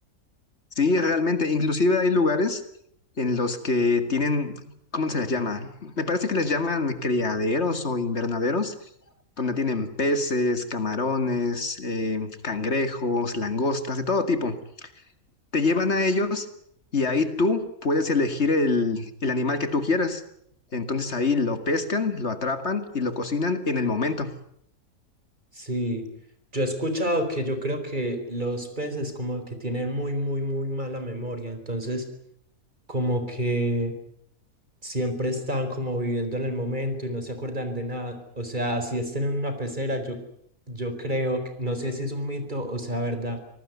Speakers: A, on the left; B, on the right.
A: Sí, realmente, inclusive hay lugares en los que tienen, ¿cómo se les llama? Me parece que les llaman criaderos o invernaderos, donde tienen peces, camarones, eh, cangrejos, langostas, de todo tipo. te llevan a ellos y ahí tú puedes elegir el, el animal que tú quieras. Entonces ahí lo pescan, lo atrapan y lo cocinan en el momento.
B: Sí, yo he escuchado que yo creo que los peces como que tienen muy, muy, muy mala memoria, entonces como que siempre están como viviendo en el momento y no se acuerdan de nada. O sea, si estén en una pecera, yo, yo creo, que- no sé si es un mito o sea verdad,